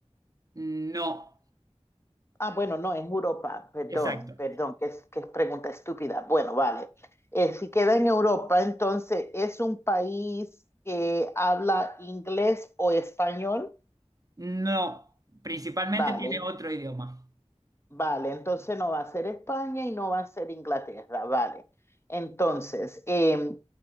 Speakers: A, on the right (about 30°); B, on the left (about 25°).
A: No,
B: Ah, bueno, no, en Europa, perdón,
A: exacto.
B: perdón, que es, que es pregunta estúpida. Bueno, vale. Eh, si queda en Europa, entonces, ¿es un país que habla inglés o español?
A: No, principalmente
B: Vale.
A: tiene otro idioma.
B: Vale, entonces no va a ser España y no va a ser Inglaterra, vale. Entonces, em,